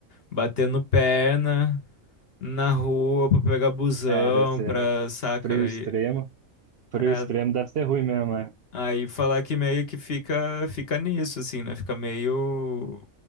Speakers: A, on the left (about 50°); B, on the right (about 60°).
A: batendo perna na rua pra pegar busão,
B: É, deve ser
A: pra,
B: é.
A: saca?
B: frio extremo.
A: E,
B: Frio
A: é,
B: extremo deve ser ruim mesmo, é
A: Aí falar que meio que fica, fica nisso, assim, né? Fica meio